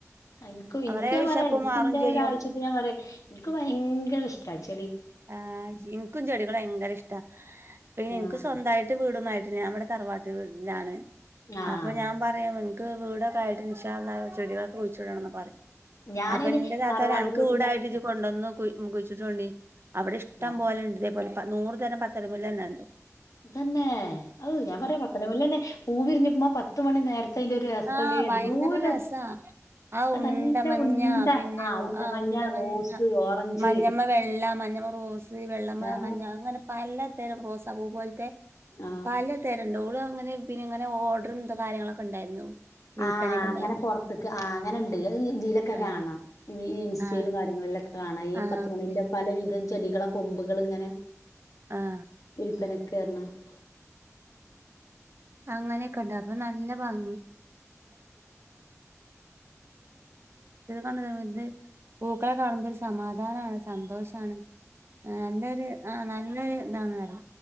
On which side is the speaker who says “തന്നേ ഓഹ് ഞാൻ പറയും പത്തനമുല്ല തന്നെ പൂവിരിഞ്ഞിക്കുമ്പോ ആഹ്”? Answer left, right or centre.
Left